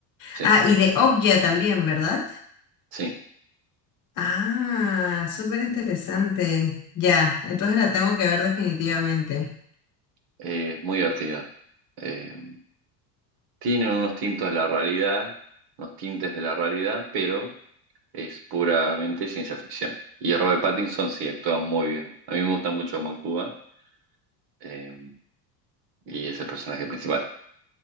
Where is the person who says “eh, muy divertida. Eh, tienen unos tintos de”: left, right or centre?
Right